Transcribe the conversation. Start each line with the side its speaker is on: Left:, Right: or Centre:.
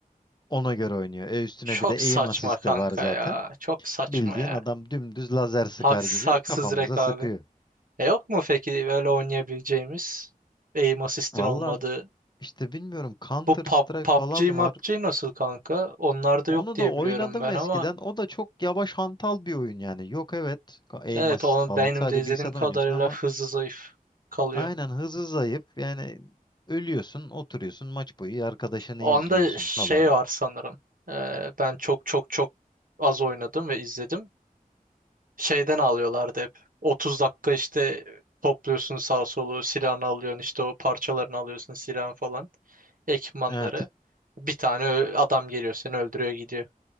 Left: ona göre oynuyor. E üstüne
Right: Çok
Left: bir de aim
Right: saçma
Left: assist'i
Right: kanka
Left: var zaten.
Right: ya. Çok saçma
Left: Bildiğin
Right: ya.
Left: adam dümdüz lazer sıkar
Right: Haksız
Left: gibi
Right: haksız
Left: kafamıza
Right: rekabet.
Left: sıkıyor.
Right: E yok mu peki böyle oynayabileceğimiz? Aim assist'in
Left: Valla
Right: olmadığı.
Left: işte bilmiyorum Counter
Right: Bu pub,
Left: Strike
Right: PUBG,
Left: falan
Right: MUBG
Left: var.
Right: nasıl kanka? Onlar da
Left: Onu
Right: yok diye
Left: da oynadım
Right: biliyorum ben
Left: eskiden.
Right: ama
Left: O da çok yavaş hantal bir oyun yani. Yok evet aim
Right: evet
Left: assist
Right: onun
Left: falan.
Right: benim
Left: Sadece
Right: de izlediğim
Left: bilgisayarda
Right: kadarıyla
Left: oynuyorsun ama
Right: hızlı zayıf kalıyor.
Left: aynen hızı zayıf. Yani ölüyorsun, oturuyorsun, maç boyu arkadaşını
Right: Onda
Left: izliyorsun
Right: şey
Left: falan.
Right: var sanırım. Ee, ben çok çok çok az oynadım ve izledim. Şeyden alıyorlardı hep. 30 dakika işte topluyorsun sağ solu, silahını alıyorsun işte o parçalarını alıyorsun silahın falan, ekipmanları.
Left: Evet.
Right: Bir tane ö- adam geliyor seni öldürüyor gidiyor.